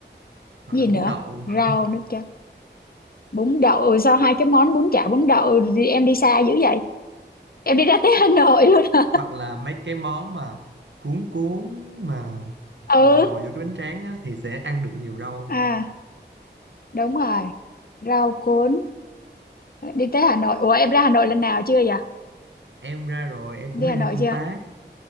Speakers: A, on the right; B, on the left.
A: hoặc
B: gì
A: là bún
B: nữa
A: đậu,
B: rau
A: <laughs>
B: nữa chứ bún đậu ừ, sao hai cái món bún chả bún đậu thì em đi xa dữ vậy em đi ra tới Hà Nội luôn hả
A: hoặc là mấy cái món mà cuốn cuốn mà
B: <laughs> ừ
A: nhồi nhồi vô cái bánh tráng á, thì sẽ ăn được nhiều rau
B: à đúng rồi rau cuốn đi tới Hà Nội ủa em ra Hà Nội lần nào chưa vậy
A: em ra rồi em cũng
B: đi
A: hay
B: Hà Nội
A: đi công
B: chưa
A: tác